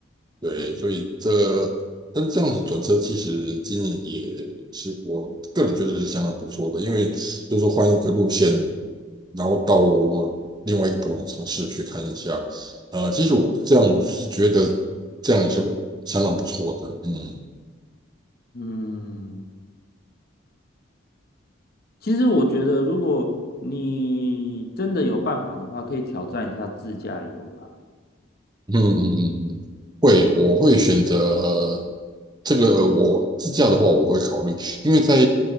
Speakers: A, on the right; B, on the left.
A: 对，
B: 嗯
A: 所以这个但这样子转车其实经营也是我个人觉得是相当不错的，因为就是说换一个路线，然后到另外一个不同的城市去看一下，呃，其实我这样我是觉得这样也是相当不错的，嗯。
B: 嗯，其实我觉得，如果你真的有办法的话，可以挑战一下自驾游啦。
A: 嗯嗯嗯，嗯嗯会，我会选择这个。我自驾的话，我会考虑，因为在